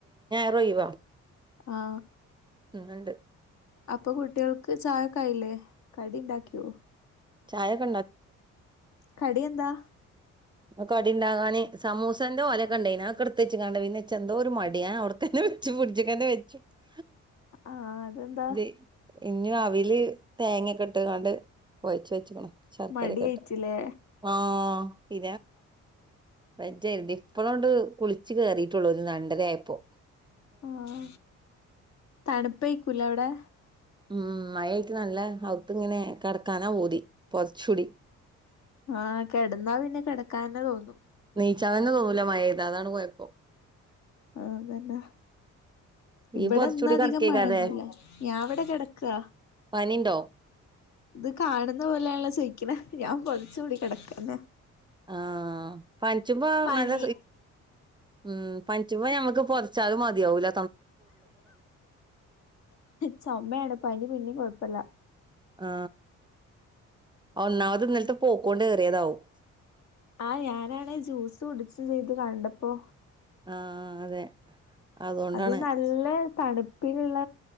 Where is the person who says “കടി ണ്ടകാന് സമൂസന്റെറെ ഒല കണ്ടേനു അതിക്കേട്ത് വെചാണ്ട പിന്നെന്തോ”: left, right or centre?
Right